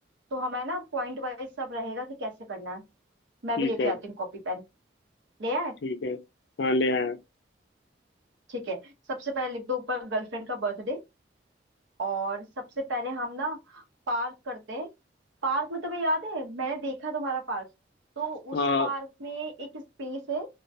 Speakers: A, on the right (about 80°); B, on the left (about 65°).
A: तो हमें ना पॉइंट वाइज सब रहेगा कि कैसे करना है मैं
B: ठीक
A: भी लेके
B: है
A: आती हूँ कॉपी पेन ले आए
B: ठीक है हाँ ले आया
A: ठीक है सबसे पहले लिख दो ऊपर गर्लफ्रेंड का बर्थडे और सबसे पहले हम ना पार्क करते हैं पार्क में तुम्हें याद है मैंने देखा तुम्हारा पार्क तो उस
B: हाँ
A: पार्क में एक स्पेस है